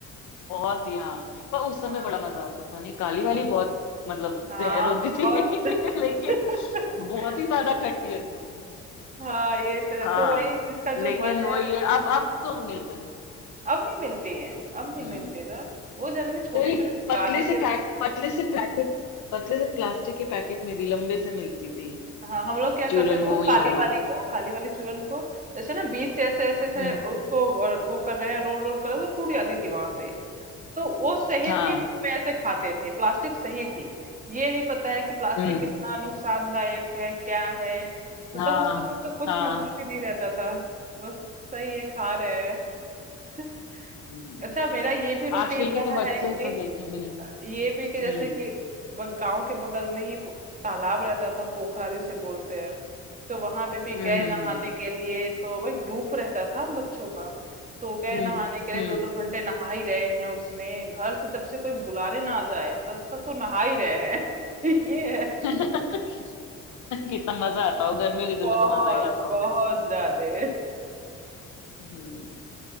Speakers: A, on the left; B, on the right.
A: बहुत ही हाँ पर उस समय
B: हाँ
A: बड़ा मजा आता था नहीं काली वाली बहुत मतलब
B: हाँ,
A: जहर होती
B: बहुत
A: थी <laughs>
B: <laughs>
A: लेकिन बहुत ही ज्यादा खट्टी होती थी
B: हाँ ये तो है
A: हाँ
B: तो वही जिसका
A: लेकिन
B: जो मन
A: वही
B: है वो
A: है
B: अपना-
A: अब अब तो मिलते हैं।
B: अब नहीं मिलती है अब नहीं
A: हम्म
B: मिलती ना वो जाने छोटे
A: अरे
B: छोटे दुकानें
A: पतले से
B: पे
A: पैक पतले से पैकेट पतले से प्लास्टिक के पैकेट में भी लंबे से मिलती थी
B: हाँ हम लोग क्या करते
A: चूरन
B: थे वो
A: वो ही
B: काली
A: वाला
B: वाली को काली वाली चूरन को जैसे ना बीच से ऐसे ऐसे ऐसे
A: हम्म
B: उसको वो वो कर रहे हैं रोल रोल कर रहे हैं तो टूट जाती थी वहां से तो वो सही
A: हाँ
B: थी मुंह में ऐसे खाते थे प्लास्टिक सही थी ये नहीं पता है कि प्लास्टिक
A: हम्म
B: कितना नुकसानदायक है क्या है मतलब
A: हाँ
B: उससे मतलब कुछ
A: हाँ
B: मतलब ही नहीं रहता था बस सही है खा रहे हैं <laughs>
A: हम्म
B: अच्छा मेरा ये भी रूटीन
A: आजकल के
B: रहा
A: तो बच्चे
B: है कि
A: तो देखे भी नहीं
B: ये भी कि जैसे
A: हम्म
B: कि ब- गांव के बगल में ही पो- तालाब रहता था पोखरा जिसे बोलते हैं तो वहां पे भी
A: हम्म
B: गए
A: हम्म
B: नहाने के लिए तो भाई ग्रुप रहता था बच्चों का तो गए
A: हम्म
B: नहाने के लिए
A: हम्म
B: दो दो घंटे नहा ही रहे हैं उसमें घर से जब से कोई बुलाने ना जाए तब से तो नहा ही रहे हैं <laughs> ये है
A: हम्म। <laughs> कितना मजा आता हो गर्मियों के दिन
B: बहुत
A: में तो मजा ही आता होगा
B: बहुत ज्यादा
A: हम्म